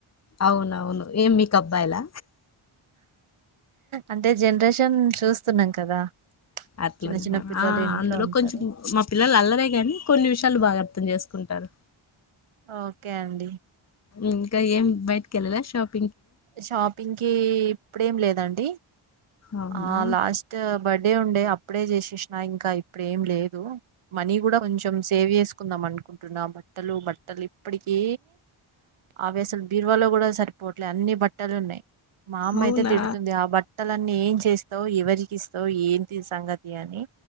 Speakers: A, on the left (about 30°); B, on the right (about 75°).
A: అవునవును ఏం మీకు అబ్బాయిలా
B: అంటే జనరేషన్ చూస్తున్నాం కదా
A: అట్లనే
B: చిన్న చిన్న పిల్లలు
A: ఆ
B: ఇంట్లో
A: అందులో
B: ఉంటారు
A: కొంచెం మా పిల్లలు అల్లరే గాని కొన్ని విషయాలు బాగ అర్థం చేసుకుంటారు
B: ఓకే అండి
A: ఇంకా ఎం బయటికి వెళ్తే <unintelligible>
B: షాపింగ్ కి ఇప్పుడేం లేదండి
A: అవునా
B: ఆ లాస్ట్ బర్డే ఉండే ఆ అప్పుడే చేసేసినా ఇంకా ఇప్పుడేం లేదు మనీ కూడ కొంచెం సేవ్ చేసుకుందాం అనుకుంటున్నా బ బట్టలు బట్టలు ఇప్పటికీ అవి అసలు బీరువాలో కూడ సరిపోవట్లేదు అన్ని బట్టలు ఉన్నాయి మా అమ్మ
A: అవునా
B: అయితే తిడుతుంది ఆ బట్టలన్నీ చేస్తావు ఎవరికి ఇస్తావు ఏంటి సంగతి అని